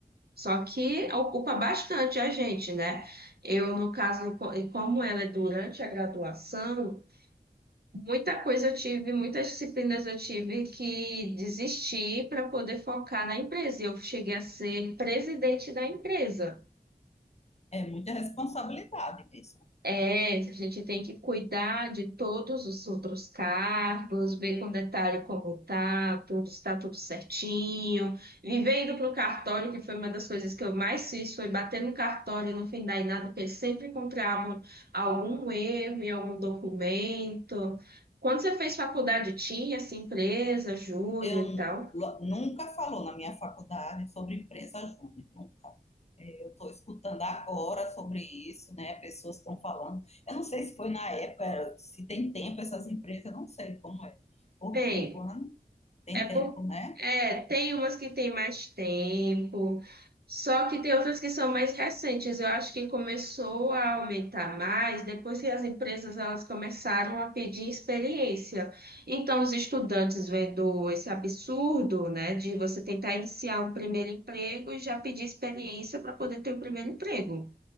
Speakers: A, on the right; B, on the left.
A: só que ocupa bastante a gente, né? Eu, no caso, co- e como ela é durante a graduação, muita coisa eu tive, muitas disciplinas eu tive que desistir para poder focar na empresa. E Eu cheguei a ser presidente da empresa.
B: É muita responsabilidade mesmo.
A: É, a gente tem que cuidar de todos os outros cargos, ver com detalhe como tá, tudo está tudo certinho. Viver indo para o cartório, que foi uma das coisas que eu mais fiz, foi bater no cartório e não findar em nada, porque eles sempre encontravam algum erro em algum documento. Quando você fez faculdade, tinha essa empresa, Júnior
B: Eu
A: e tal?
B: lo- nunca falou na minha faculdade sobre empresa júnior, nunca. É, Eu estou escutando agora sobre isso, né? Pessoas estão falando. Eu não sei se foi na época, era- se tem tempo essas empresas, eu não sei como é. Porque
A: Bem.
B: quando tem
A: É por...
B: tempo, né?
A: é, tem umas que tem mais tempo, só que tem outras que são mais recentes. Eu acho que começou a aumentar mais depois que as empresas elas começaram a pedir experiência. Então, os estudantes vendo esse absurdo, né, de você tentar iniciar um primeiro emprego e já pedir experiência para poder ter o primeiro emprego.